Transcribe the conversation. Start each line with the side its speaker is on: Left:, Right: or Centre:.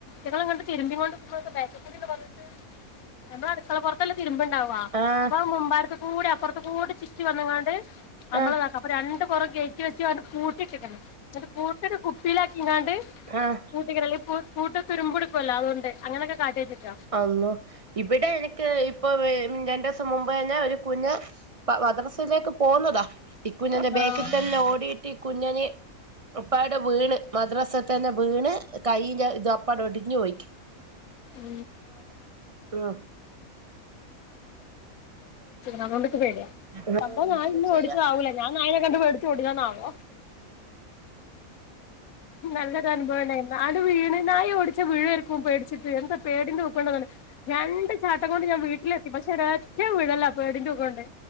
Left: ഇറ്റങ്ങൾ തിരുമ്പികോണ്ട് നിക്കുമ്പം ബാക്ക് കൂടണ്ടി വന്ന്ട്ട് നമ്മളെ അടുക്കള പൊറത്തല്ലെ തിരുമ്പ് <unintelligible>
Right: ആഹ്
Left: അപ്പൊ മുമ്പാട്ത്ത് കൂടി അപ്പർത്ത് കൂടെ ചുറ്റി വന്ന്ക്കാണ്ട് നമ്മള്
Right: ആഹ്
Left: താക്ക അപ്പ ര കൊറേ കേറ്റി വെച്ച്ക്കാണ്ട് പൂട്ടിട്ടക്കാണ് ഇന്നട്ട് <unintelligible> കുപ്പിയിലാക്കിങ്ങാണ്ട്
Right: ആഹ്
Left: <unintelligible> പൂ പൂട്ട് തുരുമ്പുടുക്കുല്ലോ അതുകൊണ്ട് അങ്ങനെയക്കെ കാട്ടിട്ടക്ക.
Right: അള്ളോ ഇവടെ എനിക്ക് ഇപ്പൊ <unintelligible> രണ്ടീസം മുമ്പ് തന്നെ ഒരു കുഞ്ഞ് മദ്രസയിലേക്ക് പോന്നതാ ഈ കുഞ്ഞന്റെ ബേക്കി
Left: ആ
Right: തന്നെ ഓടിയിട്ട് കുഞ്ഞന് അപ്പാടെ വീണ് മദ്രസ തന്നെ വീണ് കൈയ്യിന്റെ ഇത് അപ്പാടെ ഒടിഞ്ഞ് പോയിക്ക്.
Left: <unintelligible> <unintelligible>
Right: ഉം
Left: അതുകൊണ്ട് ഇച്ച് പേടിയാ
Right: ആഹ്
Left: അപ്പോ
Right: എന്തെന്ന്
Left: ഞാൻ ഇന്നെ
Right: ചെയ്യാ
Left: ഓടിച്ചതാവുല ഞാൻ നായിനെ കണ്ട് പേടിച്ച് ഓടിയതന്നാവോ. നല്ലൊരു അനുഭവണ്ടായിരുന്നു ആണ്ട് വീണ് നായി ഓടിച്ച <unintelligible> പേടിച്ചിട്ട് എന്താ പേടിന്റെ ഊക്കോണ്ടന്നറീല. രണ്ട് ചാട്ടം കൊണ്ട് ഞാൻ വീട്ടിലെത്തി പക്ഷെ ഒരെറ്റ വീഴല പേടിന്റെ ഊക്കോണ്ട്.